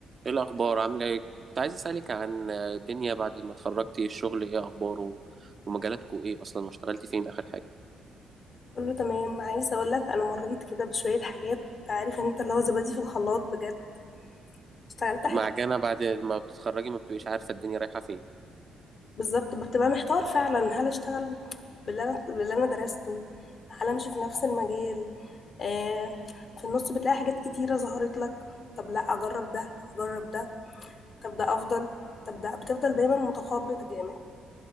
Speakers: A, on the right; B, on the left.
A: ايه الاخبار عامله ايه كنت عايز اسالك عن الدنيا بعد ما اتخرجتي الشغل ايه اخباره ومجالاتكو ايه اصلا واشتغلتي فين اخر حاجه
B: كله تمام عايزه اقول لك انا مريت كده بشويه حاجات عارف انت اللي هو زبادي في الخلاط بجد اشتغلت حاجات
A: معجنه بعد ما بتتخرجي ما بتبقيش عارفه الدنيا رايحه فين
B: بالظبط بتبقى محتار فعلا هل اشتغل باللي انا باللي انا درسته هل امشي في نفس المجال آه في النص بتلاقي حاجات كتيره ظهرت لك طب لا اجرب ده اجرب ده طب ده افضل طب ده بتفضل دايما متخبط جامد